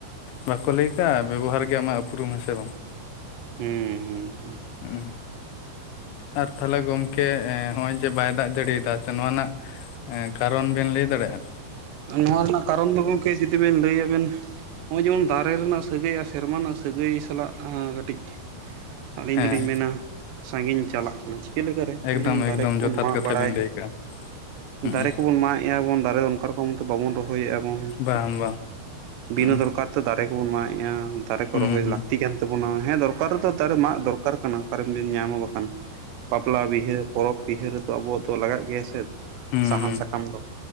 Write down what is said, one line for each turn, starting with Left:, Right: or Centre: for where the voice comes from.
Left: ᱵᱟᱠᱚ ᱞᱟᱹᱭ ᱟᱠᱟᱜᱼᱟ ᱵᱮᱵᱚᱦᱟᱨ ᱜᱮ ᱟᱢᱟᱜ ᱩᱯᱨᱩᱢ ᱦᱮᱸ ᱥᱮ ᱵᱟᱝ
Right: ᱦᱩᱸ ᱦᱩᱸ ᱦᱩᱸ
Left: ᱦᱩᱸ ᱟᱨ ᱛᱟᱦᱚᱞᱮ ᱜᱚᱝᱠᱮ ᱮᱸ ᱦᱚᱸᱜᱼᱚᱸᱭ ᱡᱮ ᱵᱟᱭ ᱫᱟᱜ ᱡᱟᱹᱲᱤᱭᱮᱫᱟ ᱥᱮ ᱱᱚᱣᱟ ᱨᱮᱱᱟᱜ ᱦᱮᱸ ᱠᱟᱨᱚᱱ ᱵᱮᱱ ᱞᱟᱹᱭ ᱫᱟᱲᱮᱜᱼᱟ?
Right: ᱱᱚᱣᱟ ᱨᱮᱱᱟᱜ ᱠᱟᱨᱚᱱ ᱫᱚ ᱜᱚᱢᱠᱮ, ᱡᱩᱫᱤ ᱵᱮᱱ ᱞᱟᱹᱭ ᱟᱵᱮᱱ ᱦᱚᱜᱼᱚᱭ ᱡᱮᱢᱚᱱ, ᱫᱟᱨᱮ ᱨᱮᱱᱟᱜ ᱥᱟᱹᱜᱟᱹᱭ ᱟᱨ, ᱥᱮᱨᱢᱟ ᱨᱮᱱᱟᱜ ᱥᱟᱹᱜᱟᱹᱭ ᱥᱟᱞᱟᱜ ᱠᱟᱹᱴᱤᱡ ᱟᱹᱞᱤᱧ
Left: ᱦᱮᱸ
Right: ᱫᱚᱞᱤᱧ ᱢᱮᱱᱟ, ᱥᱟᱺᱜᱤᱧ ᱪᱟᱞᱟᱜ ᱠᱟᱱᱟ ᱪᱮ ᱪᱮᱫ ᱞᱮᱠᱟᱨᱮ, ᱱᱚᱜᱚᱭ
Left: ᱮᱠᱫᱚᱢ
Right: ᱡᱮᱢᱚᱱ ᱫᱟᱨᱮ
Left: ᱮᱠᱫᱚᱢ
Right: ᱠᱚᱵᱚᱱ
Left: ᱡᱚᱛᱷᱟᱛ
Right: ᱢᱟᱜ
Left: ᱠᱟᱛᱷᱟ
Right: ᱵᱟᱲᱟᱭᱮᱜᱼᱟ,
Left: ᱵᱮᱱ ᱞᱟᱹᱭ ᱠᱟᱜᱼᱟ ᱦᱩᱸ
Right: ᱫᱟᱨᱮ ᱠᱚᱵᱚᱱ ᱢᱟᱜ ᱮᱼᱟ ᱵᱚᱱ ᱫᱟᱨᱮ ᱫᱚ ᱚ ᱵᱟᱵᱚᱱ ᱨᱚᱦᱚᱭᱮᱜᱼᱟ ᱵᱚᱱ,
Left: ᱵᱟᱝ ᱵᱟᱝ
Right: ᱵᱤᱱᱟᱹ
Left: ᱦᱩᱸ
Right: ᱫᱚᱨᱠᱟᱨ ᱛᱮ ᱫᱟᱨᱮ ᱠᱚᱵᱚᱱ ᱢᱟᱜᱮᱼᱟ ᱾ ᱫᱟᱨᱮ ᱠᱚ
Left: ᱦᱩᱸ
Right: ᱨᱚᱦᱚᱭ
Left: ᱦᱩᱸ
Right: ᱞᱟᱹᱠᱛᱤ ᱠᱟᱱ ᱛᱟᱵᱚᱱᱟ, ᱦᱮᱸ ᱫᱚᱨᱠᱟᱨ ᱨᱮᱫᱚ ᱫᱟᱨᱮ ᱢᱟᱜ ᱫᱚᱨᱠᱟᱨ ᱠᱟᱱᱟ, ᱚᱠᱟᱨᱮ ᱵᱤᱱ ᱧᱟᱢᱟ ᱵᱟᱠᱷᱟᱱ ᱾ ᱵᱟᱯᱞᱟ ᱵᱤᱦᱟᱹ, ᱯᱚᱨᱚᱵᱽ ᱵᱤᱦᱟᱹ, ᱨᱮᱫᱚ ᱟᱵᱚᱣᱟᱜ ᱫᱚ ᱞᱟᱜᱟᱜ ᱜᱮᱭᱟ ᱥᱮ,
Left: ᱦᱩᱸ
Right: ᱥᱟᱦᱟᱱ ᱥᱟᱠᱟᱢ ᱫᱚ ᱾